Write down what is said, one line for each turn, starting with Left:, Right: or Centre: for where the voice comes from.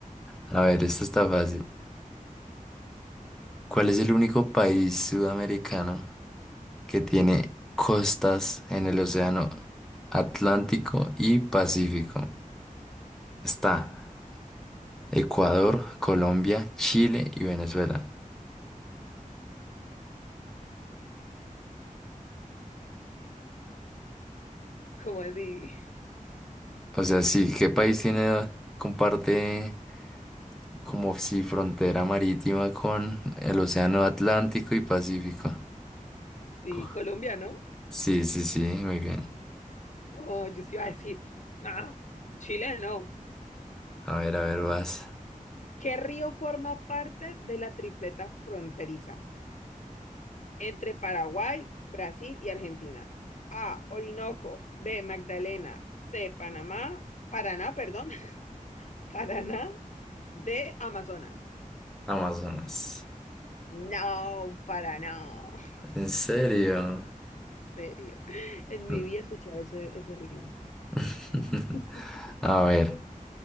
Centre: A ver, esto está fácil. ¿Cuál es el único país sudamericano que tiene costas en el océano Atlántico y Pacífico? Está Ecuador, Colombia, Chile y Venezuela.
Left: ¿Cómo así?
Centre: O sea, sí, ¿qué país tiene, comparte como si frontera marítima con el Océano Atlántico y Pacífico?
Left: Sí,
Centre: Co-
Left: Colombia, ¿no?
Centre: Sí, sí, sí, muy bien.
Left: Oh, yo sí iba a decir, ah, Chile no.
Centre: A ver, a ver, vas.
Left: ¿Qué río forma parte de la tripleta fronteriza entre Paraguay, Brasil y Argentina? A, Orinoco, B, Magdalena, C, Panamá, Paraná, perdón, <laughs> Paraná, D, Amazonas.
Centre: Amazonas.
Left: No, Paraná. <laughs>
Centre: ¿En serio?
Left: En serio. En mi
Centre: Mm.
Left: vida he escuchado ese, ese río.
Centre: <laughs>
Left: <laughs>
Centre: A ver,